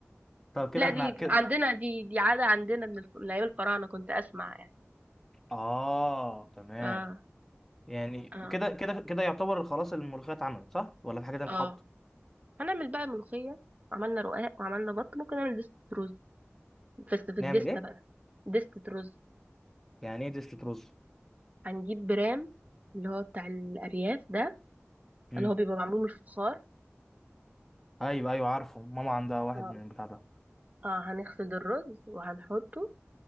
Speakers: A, in the centre; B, on the right.
A: طب كده
B: لا
A: احنا
B: دي ممكن
A: كده
B: اه عندنا دي دي عادة عندنا من الف- من أيام الفراعنة كنت أسمع يعني
A: اه تمام
B: اه
A: يعني
B: اه
A: كده كده كده يعتبر خلاص الملوخية اتعملت صح ولا في حاجة تانية
B: اه
A: بتتحط
B: هنعمل بقى ملوخية عملنا رقاق وعملنا بط ممكن نعمل دستة رز بس في
A: نعمل
B: الدستة
A: ايه
B: بقى دستة رز
A: يعني ايه دستة رز
B: هنجيب برام اللي هو بتاع الأرياف ده
A: امم
B: اللي هو بيبقى معمول من الفخار
A: ايوه ايوه عارفه ماما عندها واحد
B: اه
A: من البتاع ده
B: اه هنغسل الرز وهنحطه